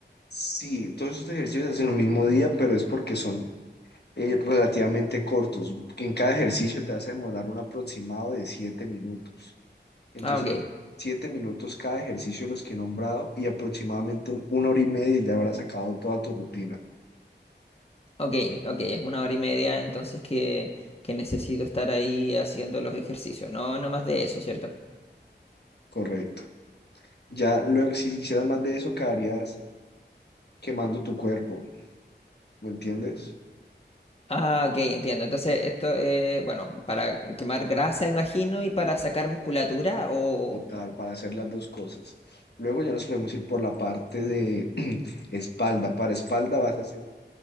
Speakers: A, on the left; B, on the left.
A: Sí, todos estos ejercicios se hacen el mismo día, pero es porque son eh, relativamente cortos. En cada ejercicio te vas a demorar un aproximado de 7 minutos. Entonces,
B: Ah, ok,
A: los siete minutos cada ejercicio de los que he nombrado y aproximadamente en una hora y media ya habrás sacado toda tu rutina.
B: ok, ok, es una hora y media, entonces que, que necesito estar ahí haciendo los ejercicios, no, no más de eso, ¿cierto?
A: Correcto. Ya luego, si hicieras más de eso, quedarías quemando tu cuerpo, ¿me entiendes?
B: Ah, ok, entiendo. Entonces, esto es, bueno, para quemar grasa, imagino, y para sacar musculatura, o...
A: Total, para hacer las dos cosas. Luego ya nos podemos ir por la parte de <clears throat> espalda. Para espalda vas a hacer